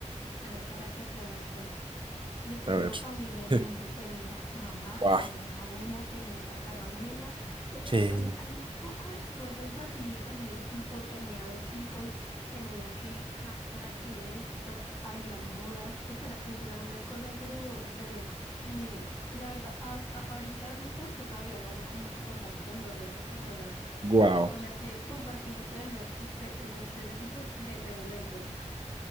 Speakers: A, on the left (about 30°); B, on the right (about 40°).
A: a ver, para que te hagas cuenta. Yo tenía
B: A ver.
A: familia en
B: <laughs>
A: Imbu, tenía mamá,
B: Guau.
A: tenía abuela, tenía tatarabuela. Es
B: Qué
A: que, oye, hay un poco de cosas así, así el tipo tenía dos hijos, tenía que casa, que esto, habían bodas, eso era, eso era una cosa, pero de locos. Y la verdad, as- a- ahorita mismo yo todavía guardo como que contacto con dos de esas personas
B: guau.
A: con las que <laughs> compartí muchas de esas, de, de esos- de ese tipo de, de de momentos, ¿no?